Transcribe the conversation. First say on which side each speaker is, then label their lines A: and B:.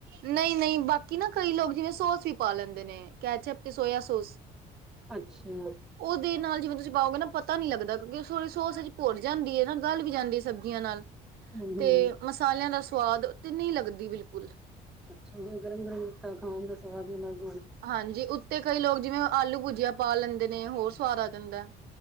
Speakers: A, on the right; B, in the centre.
A: ਨਈ-ਨਈ ਬਾਕੀ ਨਾ ਕਈ ਲੋਕ ਜਿਵੇਂ ਸੋਸ ਵੀ ਪਾ ਲੈਂਦੇ ਨੇ ਕੈਚਪ 'ਤੇ ਸੋਇਆ ਸੋਸ।
B: ਅੱਛਾ।
A: ਉਦੇ ਨਾਲ ਜਿਵੇਂ ਤੁਸੀਂ ਪਾਓਗੇ ਨਾ ਪਤਾ ਨੀ ਲੱਗਦਾ ਕਿਉਂਕਿ ਓ ਸਾਰੀ ਸੋਸਜ ਭੁੱਰ ਜਾਂਦੀ ਏ ਨਾ ਗਲ ਵੀ ਜਾਂਦੀ ਏ ਸਬਜ਼ੀਆਂ ਨਾਲ।
B: ਹੂੰ-ਹੂੰ
A: 'ਤੇ ਮਸਾਲਿਆਂ ਦਾ ਸਵਾਦ 'ਤੇ ਨੀ ਲੱਗਦੀ ਬਿਲਕੁੱਲ।
B: ਅੱਛਾ ਫੇਰ ਗਰਮ-ਗਰਮ ਤਾਂ ਖਾਉਗੇ ਸਵਾਦ ਈ ਲੱਗ
A: ਹਾਂਜੀ ਉੱਤੇ ਕਈ ਲੋਕ ਜਿਵੇਂ ਆਲੂ ਭੁਜੀਆ ਪਾ ਲੈਂਦੇ ਨੇ ਹੋਰ ਸਵਾਦ ਆ ਜਾਂਦਾ।